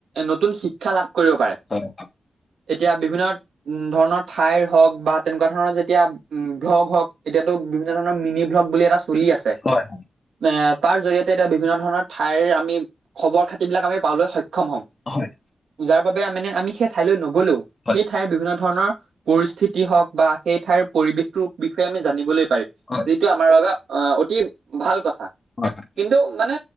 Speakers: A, on the right (about 80°); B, on the left (about 45°).
A: নতুন শিক্ষা লাভ কৰিব পাৰে।
B: হয়,
A: এতিয়া বিভিন্ন উম ধৰণৰ ঠাইৰ হওক বা তেনেকুৱা ধৰণৰ যেতিয়া উম ভ্লগ হওঁক, এতিয়াতো বিভিন্ন ধৰণৰ মিনি ভ্লগ বুলি এটা চলি আছে।
B: হয়,
A: এ তাৰ জৰিয়তে এতিয়া বিভিন্ন ধৰণৰ ঠাইৰ আমি খবৰ খাতি বিলাক আমি পাবলৈ সক্ষম হম।
B: হয়,
A: যাৰ বাবে মানে আমি সেই ঠাইলৈ নগলেও
B: হয়,
A: সেই ঠাইৰ বিভিন্ন ধৰণৰ পৰিস্থিতি হওঁক বা সেই ঠাইৰ পৰিৱেশটোৰ বিষয়ে আমি জানিবলৈ পাৰিম।
B: হয়,
A: যিটো আমাৰ বাবে আ অতি ভাল কথা,
B: হয়, হয়।
A: কিন্তু মানে